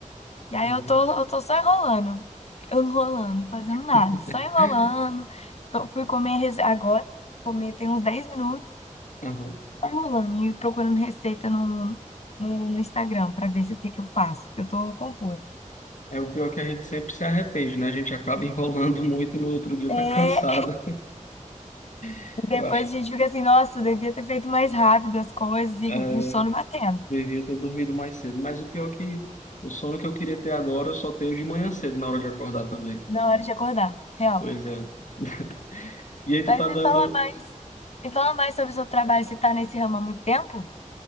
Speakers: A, on the left; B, on the left.
A: E aí
B: Uhum.
A: eu tô, eu tô só enrolando, eu enrolando, fazendo nada,
B: <laughs>
A: só enrolando. Tô- fui comer rece- agora, fui comer tem uns 10 minutos,
B: Uhum.
A: só enrolando e procurando receita no, no, no Instagram pra ver se o que que eu faço, porque eu tô confusa.
B: É o pior que a gente sempre se arrepende, né? A gente acaba enrolando muito e no outro dia
A: É,
B: tá cansado. <laughs>
A: e depois
B: Eu acho.
A: a gente fica assim, nossa, eu devia ter feito mais rápido as coisas e
B: é,
A: o sono batendo
B: Devia ter dormido mais cedo, mas o pior é que o sono que eu queria ter agora eu só tenho de manhã cedo na hora de acordar também.
A: na hora de acordar, real.
B: Pois é. <laughs> E aí tu
A: Mas
B: tá
A: me
B: dando
A: fala mais, me fala mais sobre o seu trabalho, você tá nesse ramo há muito tempo?